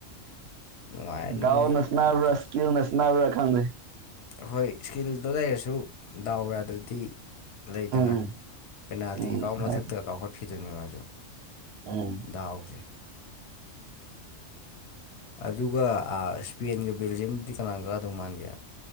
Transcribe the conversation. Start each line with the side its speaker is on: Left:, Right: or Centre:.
Left: ꯅꯨꯡꯉꯥꯏꯔꯅꯤ
Right: ꯗꯥꯎꯅ
Left: ꯃꯣꯏꯗꯤ
Right: ꯁꯅꯕ꯭ꯔꯥ ꯁꯀꯤꯜꯅ ꯁꯅꯕ꯭ꯔꯥ ꯈꯪꯗꯦ
Left: ꯍꯣꯏ ꯏꯁꯀꯤꯜꯗꯣ ꯂꯩꯔꯁꯨ ꯗꯥꯎ ꯌꯥꯗ꯭ꯔꯗꯤ ꯂꯩꯗꯅ
Right: ꯎꯝ
Left: ꯄꯦꯅꯥꯜꯇꯤꯀꯥꯎ
Right: ꯎꯝ
Left: ꯃꯊꯛꯇ
Right: ꯍꯥꯏꯗ
Left: ꯀꯥꯎꯈꯠꯈꯔ꯭ꯤꯗꯣ ꯃꯥꯁꯨ
Right: ꯎꯝ
Left: ꯗꯥꯎꯁꯦ ꯑꯗꯨꯒ ꯁ꯭ꯄꯦꯟꯒ ꯕꯦꯜꯖꯤꯌꯝꯒꯗꯤ ꯀꯅꯥ ꯀꯗꯧ ꯃꯥꯟꯒꯦ